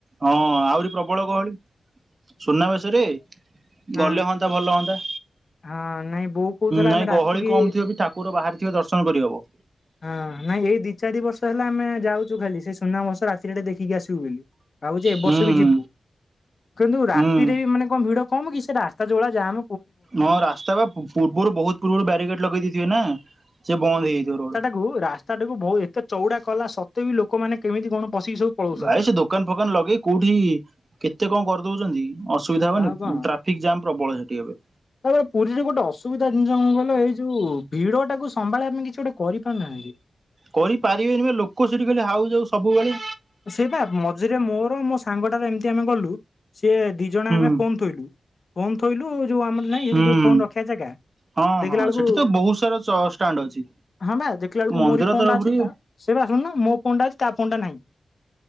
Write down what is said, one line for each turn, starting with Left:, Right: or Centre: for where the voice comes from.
Right: ହଁ ଆହୁରି ପ୍ରବଳ ଗହଳି। ସୁନାବେଶ ରେ
Left: ହଁ।
Right: ଗଲେ ହୁଅନ୍ତା ଭଲ ହୁଅନ୍ତା।
Left: ହଁ ନାଇଁ ବୋଉ କହୁଥିଲା
Right: ନାଇଁ
Left: ଆମେ
Right: ଗହଳି
Left: ରାତିକି
Right: କମ ଥିବ ବି ଠାକୁର ବାହାରି ଥିବେ ଦର୍ଶନ କରିହବ।
Left: ହଁ ନାଇଁ ଏଇ ଦି ଚାରି ବର୍ଷ ହେଲା ଆମେ ଯାଉଛୁ ଖାଲି ସେଇ ସୁନାବେଶ ରାତିରେ ଟିକେ ଦେଖିକି ଆସିବୁ ବୋଲି। ଭାବୁଛି ଏ ବର୍ଷ
Right: ହୁଁ
Left: ବି ଯିବୁ କିନ୍ତୁ ରାତିରେ
Right: ହୁଁ।
Left: ବି ମାନେ କଣ ଭିଡ କମ କି। ସେ ରାସ୍ତା ଯୋଉ ଭଳି ଯାମ
Right: ହଁ ରାସ୍ତା ବା ପୂର୍ବରୁ ବହୁତ ପୂର୍ବରୁ ବ୍ୟାରିକେଡ ଲଗେଇ ଦେଇେଇଥିବେ ନା ସେ ବନ୍ଦ ହେଇଯାଇଥିବ।
Left: ହଉ ରାସ୍ତା ଟାକୁ ବହୁତ ଏତେ ଚଉଡା କଲା ସତ୍ୱେ ବି ଲୋକମାନେେ କେମିତି କଣ ପଶିକି ସବୁ ପଳଉଛନ୍ତି।
Right: ଭାଇ ସେ ଦୋକାନ ଫୋକାନ ଲଗେଇ କୋଉଠି କେତେ କଣ କରିଦଉଛନ୍ତି। ଅସୁବିଧା ହବନି
Left: ଆଉ କଣ
Right: ଟ୍ରାଫିକ ଜାମ୍ ପ୍ରବଳ ସେଠି ଏବେ
Left: ତାପରେ ପୁରୀରେ ଗୋଟେ ଅସୁବିଧା ଜିନିଷ କଣ କହିଲ ଏଇ ଯୋଉ ଭିଡ ଟାକୁ ସମ୍ଭାଳିିବା ପାଇଁ କିଛି ଗୋଟେ କରିପାରୁନାହାଁନ୍ତି। <inaudible>
Right: କରିପାରିବେନି ବା ଲୋକ ସେଠି ଖାଲି ହାଉ ଯାଉ ସବୁବେଳେ
Left: ସେ ବା ମଝିରେ ମୋର ମୋ ସାଙ୍ଗଟାର ଏମିତି ଆମେ ଗଲୁ ସିଏ ଜଣେ
Right: ହୁଁ
Left: ଆମେ ଫୋନ ଥୋଇଲୁ ଫୋନ ଥୋଇଲୁ ଯୋଉ ଆମର ନାଇଁ ହେଇଠେ
Right: ହୁଁ
Left: ଯୋଉ ଫୋନ ରଖିବା ଜାଗା
Right: ହଁ
Left: ଦେଖିଲା
Right: ହଁ
Left: ବେଳକୁ
Right: ସେଠି ତ ବହୁତ ସାରା ଚ ଷ୍ଟାଣ୍ଡ ଅଛି।
Left: ହଁ ବା ଦେଖିଲା ବେଳକୁ
Right: ମନ୍ଦିର
Left: ମୋରି ଫୋନ
Right: ତରଫରୁ
Left: ଟା ଅଛି
Right: ହୁଁ
Left: ତା ସେଇବା ଶୁଣୁନ ମୋ ଫୋନ ଟା ଅଛି ତା ଫୋନ ଟା ନାହିଁ।